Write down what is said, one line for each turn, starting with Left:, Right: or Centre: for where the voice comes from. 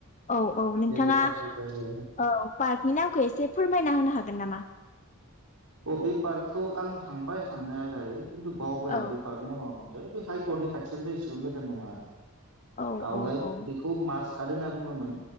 Left: औ औ नोंथाङा
Right: बेरायथावथाव जायगायानो
Left: औ पार्कनि नामखौ एसे फोरमायना होनो हागोन नामा?
Right: अ बे पार्कखौ आं थांबाय थांनायालाय खिनथु बावबाय
Left: औ
Right: आं बे पार्कनि नामा है बे हाइकर्टनि खाथियावनो जायो इसेबां गोजान नङा।
Left: औ
Right: आवगाय
Left: औ औ
Right: बेखौ मास खार होनना बुङोमोन